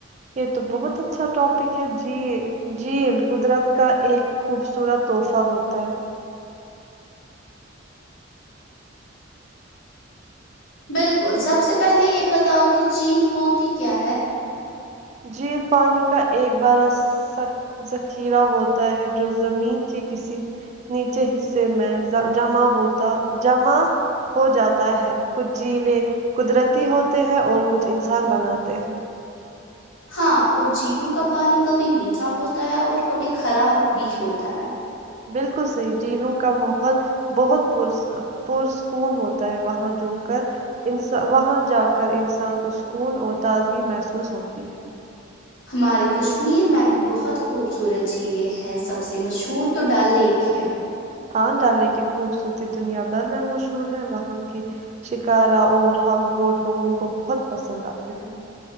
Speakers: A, on the right; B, on the left.
A: یہ تو بہت اچھا ٹاپک ہے جھیل جھیل قدرت کا ایک خوبصورت تحفہ ہوتا ہے
B: بالکل سب سے پہلے یہ بتاؤ کہ جھیل ہوتی کیا ہے
A: جھیل پانی کا ایک بڑا ذخیرہ ہوتا ہے جو زمین کے کسی نیچے حصے میں جمع ہوتا جمع ہو جاتا ہے کچھ جھیلیں قدرتی ہوتے ہیں اور کچھ انسان بناتے ہیں
B: ہاں اور جیلوں کا پانی کبھی میٹھا ہوتا ہے اور کبھی کرا بھی ہوتا ہے
A: بالکل صحی جھیلوں کا ماحول بہت پرسکون ہوتا ہے وہاں جااک انسان کو سکون اور تازگی محسوس ہوتی ہے
B: ہمارے کشمیر میں بھی بہت خوبصورت جھیلیں ہیں سب سے مشہور تو ڈل لیک ہے
A: ہان ڈالے کی خوبصورتی دنیا بھر میں مشہور ہے وہاں کی شکارا اور ہاؤس بوٹ لوگوں کو بہت پسند آتے ہیں